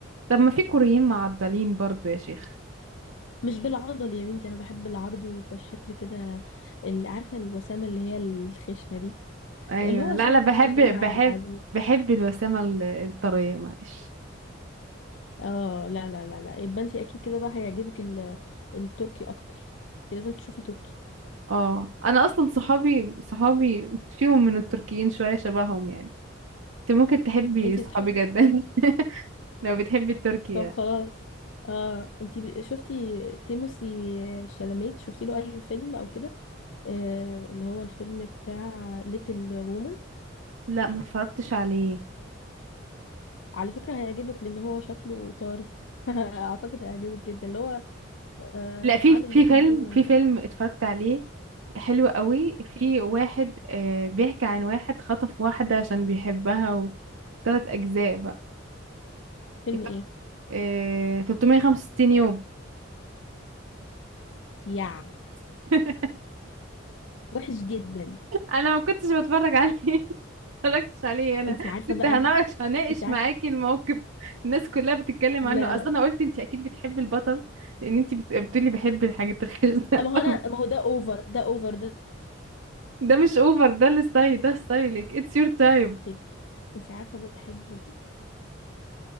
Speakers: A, on the right; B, on the left.
A: طب ما في كوريين معضلين برضو يا شيخ
B: مش بالعضل يا بنتي انا بحب العرض وبالشكل كده اللي عارفه الوسامه اللي هي الخشنه دي
A: أيوة
B: اللي هو
A: لا
B: شبه
A: أنا بحب
B: مثلا كريم عبد
A: بحب
B: العزيز
A: بحب الوسامة ال- الطرية معلش
B: اه لا لا لا لا يبقى انت اكيد كده بقى هيعجبك ال- التركي اكتر انت لازم تشوفي تركي
A: اه أنا أصلا صحابي صحابي فيهم من التركيين شوية شبههم يعني انت ممكن تحبي
B: انت
A: صحابي
B: بتحبي
A: جدا <laughs> لو بتحبي التركي
B: طب
A: يعني.
B: خلاص اه انت ب- شفتي تيموسي شالاميت شفتي له اي فيلم او كده آه اللي هو الفيلم بتاع ليتل وومن
A: لا ما اتفرجتش عليه
B: على فكرة هيعجبك لان هو شكله طاري <laughs> اعتقد هيعجبك جدا اللي هو آه
A: لا في
B: عامل
A: في
B: ليتل
A: فيلم
B: وومن
A: في فيلم اتفرجت عليه حلو قوي في واحد آه بيحكي عن واحد خطف واحدة عشان بيحبها وثلاث أجزاء بقى
B: فيلم
A: التلت-
B: ايه
A: آه 365 يوم
B: يا
A: <laughs>
B: وحش جدا
A: أنا ما كنتش بتفرج عليه <laughs> متفرجتش عليه أنا
B: انت عارفة
A: كنت
B: بقى
A: هناقش هناقش
B: انت عارفة
A: معاكي الموقف الناس كلها بتتكلم
B: لا
A: عنه
B: لا
A: أصلا أنا قلت أنت أكيد بتحبي البطل لأن أنت بت- بتقولي بحب الحاجات الخشنة
B: ما هو انا
A: <laughs>
B: ما هو ده اوفر ده اوفر ده
A: ده مش أوفر ده الستايل ده ستايلك اتس يور تايم
B: فيك انت عارفه بقى بحبه